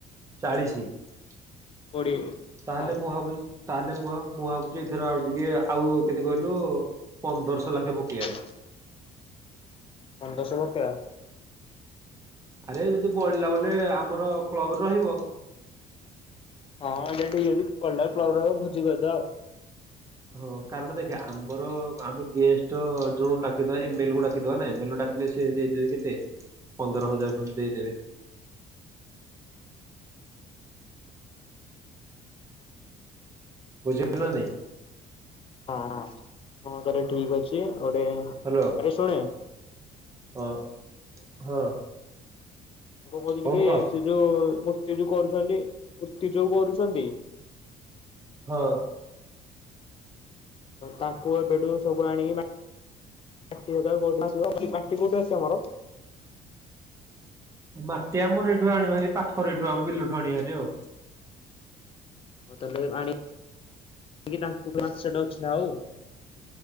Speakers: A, on the right; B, on the left.
A: ଚାଳିଶି ତାହେଲେ
B: କୋଡିଏ ହଁ
A: ମୁଁ ଭାବୁଛି ତାହେଲେ ମୁଁ ମୁଁ ଭାବୁଛି ଏଥର ଆଉ ଟିକେ ଆଉ କେତେ କହିଲୁ ପନ୍ଦରଶହ ଲକ୍ଷେ ପକେଇବା।
B: ହ ପନ୍ଦରଶହ ପକେଇବା?
A: ଆରେ ଯଦି ବଳିଲା ବଲେ ଆମର କ୍ଲବରେ ରହିବ।
B: ହଁ ଏଇଟା ଠିକ୍ ଅଛି ବଳିଲା କ୍ଲବ ରେ ଭୋଜି କରିଦେବା ଆଉ।
A: ହଁ କାରଣ ଦେଖେ ଆମର ଆମେ ଗେଷ୍ଟ ଯୋଉ ଡାକିଥିବା ଏମ ଏଲ କୁ ଡାକିଦବା ନା ଏମ ଏଲ ଡାକ ଲେ ସେ ଦେଇଦେବେ କେତେ ପନ୍ଦର ହଜାର ଖଣ୍ଡେ ଦେଇଦେବେ। ବୁଝିଲୁ ନା ନାଇଁ?
B: ହଁ ହଁ ହଁ ତାହେଲେ ଠିକ୍ ଅଛି ଗୋଟେ ଆରେ
A: ହ୍ୟାଲୋ
B: ଶୁଣେ?
A: ହଁ ହଁ।
B: ମୁ କଣ କହୁଥିଲି
A: କହୁନୁ
B: କି
A: କହ
B: ସେ ଯୋଉ ମୂର୍ତ୍ତି ଯୋଉ କରୁଛନ୍ତି ମୂର୍ତ୍ତି ଯୋଉ କରୁଛନ୍ତି।
A: ହଁ।
B: ତାଙ୍କୁ ଏବେଠୁ ସବୁ ଆଣିକି ମା <inaudible> ମାଟି କଉଠୁ ଆସେ ଆମର?
A: ମାଟି ଆମର ଏଇଠୁ ଆଣୁବାହାରି ପାଖରେ ଏଇଠୁ ଆମବିଲଠୁ ଆଣୁବାହାରି ଆଉ।
B: ହଉ ତାହେଲେ ଆଣି ତାଙ୍କୁ <inaudible> ଅଛି ନା ଆଉ?